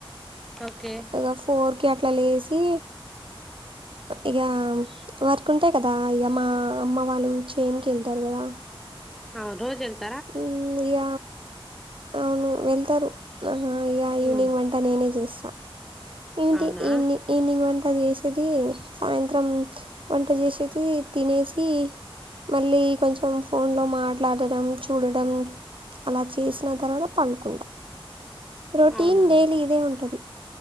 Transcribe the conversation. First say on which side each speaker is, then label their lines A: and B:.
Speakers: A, in the centre; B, on the right.
A: ఓకే
B: ఇగ ఫోర్ కి అట్లా లేసి ఇగ వర్క్ ఉంటాయ్ కదా ఇగ మా అమ్మ వాళ్ళు చేనుకెళ్తారు కదా
A: ఆ రోజు అంత
B: హ్మ్ ఇగ అవును వెళ్తారు ఇగ
A: హ్మ్
B: ఈవినింగ్ వంట నేనే చేస్తా ఇంటి
A: అవునా
B: ఇని ఈవినింగ్ వం ట చేసేది సాయంత్రం వంట చేసేది తినేసి మళ్ళీ కొంచెం ఫోన్ లో మాట్లాడడం చూడడం అలా చేసిన తర్వాత పండుకుంటా రొటీన్
A: అవునా
B: డైలీ ఇదే ఉంటది